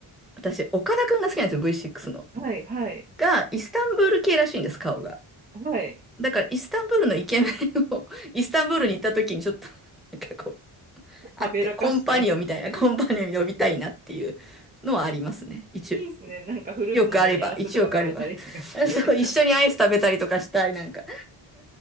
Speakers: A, in the centre; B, on the right (about 20°).
A: 私、岡田くんが好きなんですよ、V6 の。
B: はい、はい、
A: が、イスタンブール系らしいんです、顔が。
B: はい。
A: だから、イスタンブールのイケメンを、<laughs> イスタンブールに行った時にちょっと、なんかこう、あって、
B: はべらかして。
A: コンパニオンみたいな、コンパニオン呼びたいなっていうのはありますね。一応、
B: いいですね。なんかフルーツの盛り合わせとか食べたりとかして。
A: 1億あれば、1億あれば。<laughs> そう、一緒にアイス食べたりとかしたい、なんか。